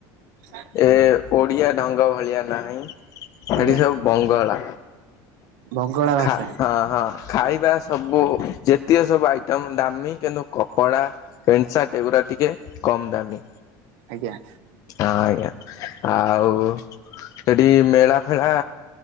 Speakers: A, on the right; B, on the left.
A: <inaudible>
B: ଏ ଓଡ଼ିଆ ଢଙ୍ଗ ଭଳିଆ ନାହିଁ। ସେଠି
A: ଆଜ୍ଞା
B: ସବୁ ବଙ୍ଗଳା
A: ବଙ୍ଗଳା ଭାଷା
B: ଖା ହଁ ହଁ। ଖାଇବା ସବୁ ଯେତିୀୟ ସବୁ ଆଇଟମ୍ ଦାମୀ କିନ୍ତୁ କ ପଡ଼ା ପ୍ୟାଣ୍ଟ ସାର୍ଟ ଏଗୁଡ଼ା ଟିକିଏ କମ୍ ଦାମୀ।
A: ଆଜ୍ଞା
B: ହଁ ଆଜ୍ଞା ଆଉ ସେଠି ମେଳା ମେଳା